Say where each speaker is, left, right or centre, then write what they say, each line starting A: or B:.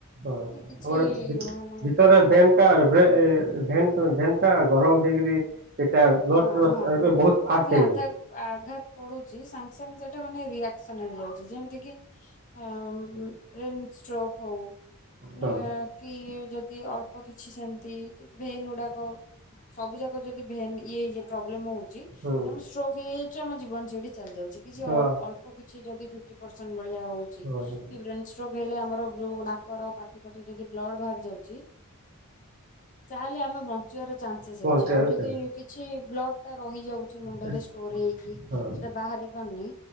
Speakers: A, on the right; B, on the left.
A: ହଁ ଆମର
B: କି କିଛି ମାନେ
A: ଭିତରେ
B: ହଁ
A: ଭେନଟା ଭେନ୍ ଭେନ୍ ଟା ଗରମ ହେଇକିରି ଏଟା ବ୍ଲଡ଼
B: ହଁ ହଁ।
A: ଏବେ ବହୁତ
B: ଯେମିତି
A: ଫାଷ୍ଟ ହେଇଯାଉଛି।
B: ଆଧା ଆଘାତ ପଡୁଛି ସାଙ୍ଗେ ସାଙ୍ଗେ ସେଟା ମାନେ ରିଆକ୍ସନ ହେଇଯାଉଛି ଯେମିତି କି ଆ ବ୍ରେନଷ୍ଟ୍ରୋକ୍ ହଉ ମାନେ
A: ହଁ
B: କି ଯଦି ଅଳ୍ପ କିଛି ସେମିତି ଭେନ୍ ଗୁଡାକ ସବୁ ଯାକ ଯଦି ଭେନ୍ ଇଏଇ ପ୍ରୋବ୍ଲେମ ହଉଛି ତମର
A: ହୁଁ
B: ଷ୍ଟ୍ରୋକ୍ ହେଇଯାଉଛି ଆମ ଜୀବନ ସେଇଠି ଚାଲିଯାଉଛି। କିଛି
A: ହଁ
B: ଅଳ୍ ଅଳ୍ପ କିଛି ଯଦି ଫିପଟି ପରସେନଟ୍ ଭଳିଆ ହଉଛି।
A: ହଁ
B: ଯୋଗେଇଲେ ଆମର ଯୋଉ ନାକର ପାଟି ପାଟିରେ ଯଦି ବ୍ଲଡ ବାହାରି ଯାଉଛି। ତାହେଲେ ଆମେ ବଞ୍ଚିବାର ଚାନ୍ସେସ୍
A: ପହଞ୍ଚେଇବାର
B: ଅଛି ଆଉ ଯଦି କିଛି ବ୍ଲଡ ଟା ରହିଯାଉଛି ମୁଣ୍ଡରେ
A: ଚାନ୍ସ
B: ଷ୍ଟୋର ହେଇକି
A: ହଁ
B: ସେଟା ବାହାରି ପାରୁନି।